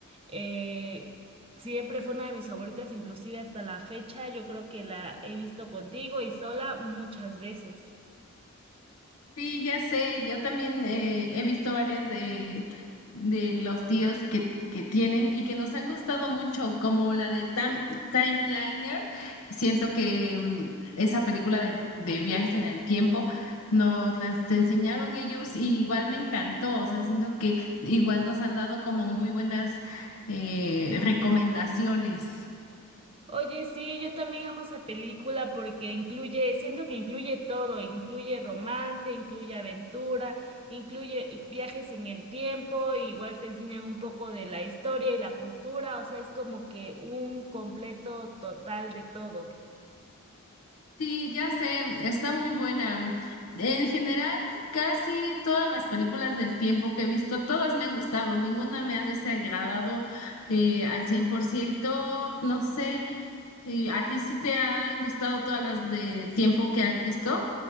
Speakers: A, on the right; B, on the left.
A: eh, Siempre fue una de mis favoritas, inclusive hasta la fecha. Yo creo que la he visto contigo y sola muchas veces.
B: Sí, ya sé, yo también eh, he visto varias de, de los tíos que, que tienen y que nos han gustado mucho, como la de Tam- Timeliner. Siento que mm, esa película de, de viajes en el tiempo nos las enseñaron ellos y igual me encantó, o sea, siento que igual nos han dado como muy buenas eh, recomendaciones.
A: Oye, sí, yo también amo esa película porque incluye, siento que incluye todo, incluye romance, incluye aventura, incluye eh, viajes en el tiempo, igual te enseñan un poco de la historia y la cultura, o sea, es como que un completo total de todo.
B: Sí, ya sé, está muy buena. En general, casi todas las películas del tiempo que he visto, todas me han gustado, ninguna me ha desagradado eh, al 100%. no sé, eh, ¿a ti sí te han gustado todas las de tiempo que has visto?